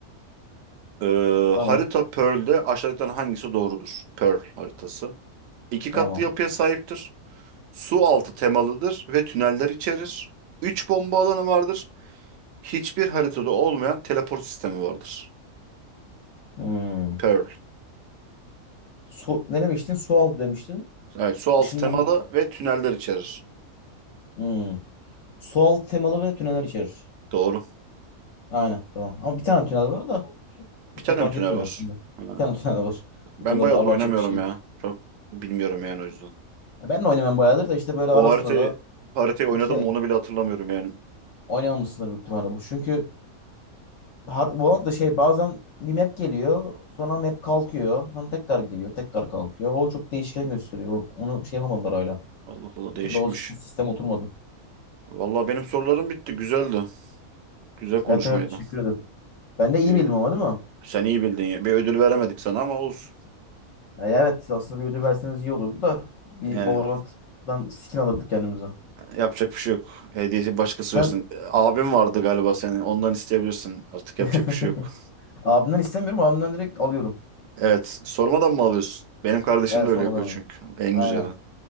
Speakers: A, on the right; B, on the left.
A: Ee,
B: Tamam.
A: harita Pearl'de aşağıdakilerin hangisi doğrudur? Pearl haritası. İki katlı
B: Tamam.
A: yapıya sahiptir. Su altı temalıdır ve tüneller içerir. Üç bomba alanı vardır. Hiçbir haritada olmayan teleport sistemi vardır.
B: Hmm.
A: Pearl.
B: Su, ne demiştin? Su altı demiştin.
A: Evet, su altı
B: Işınlan...
A: temalı ve tüneller içerir.
B: Hmm. Su altı temalı ve tüneller içerir.
A: Doğru.
B: Aynen tamam. Ama bir tane tünel var da çok
A: Bir tane
B: da fark
A: mi tünel
B: etmiyor
A: var?
B: aslında. Bir
A: Ha.
B: tane tünel var.
A: Ben
B: O kadar
A: bayağıdır
B: da abartacak
A: oynamıyorum
B: bir şey yok.
A: ya. Çok bilmiyorum yani o yüzden.
B: Ya Ben de oynamam bayağıdır da işte böyle
A: O
B: ara
A: haritayı,
B: sıra da
A: haritayı oynadım
B: iki ay
A: mı onu bile hatırlamıyorum yani.
B: oynamamışsındır büyük ihtimalle bu. Çünkü Har- Valorant da şey bazen bir map geliyor sonra map kalkıyor sonra tekrar geliyor tekrar kalkıyor. O çok değişken gösteriyor. Onu şey yapamadılar hala.
A: Allah Allah
B: Bir
A: değişikmiş.
B: türlü o sis- sistem oturmadı.
A: Vallahi benim sorularım bitti. Güzeldi. Güzel konuşmaydı.
B: Evet evet teşekkür ederim. Ben de iyi
A: Bir,
B: bildim ama değil mi?
A: sen iyi bildin ya. Bir ödül veremedik sana ama olsun.
B: Yani evet aslında bir ödül verseniz iyi olurdu da bir
A: Yani
B: Valorant'dan skin alırdık kendimize.
A: yapacak bir şey yok. Hediyesi başkası
B: Sen
A: versin. Abim vardı galiba senin. Ondan isteyebilirsin. Artık yapacak
B: <laughs>
A: bir şey yok.
B: abimden istemiyorum abimden direkt alıyorum.
A: Evet. Sormadan mı alıyorsun? Benim kardeşim
B: Evet
A: de öyle
B: sormadan
A: yapıyor
B: alıyorum.
A: çünkü. En
B: Aynen
A: güzeli.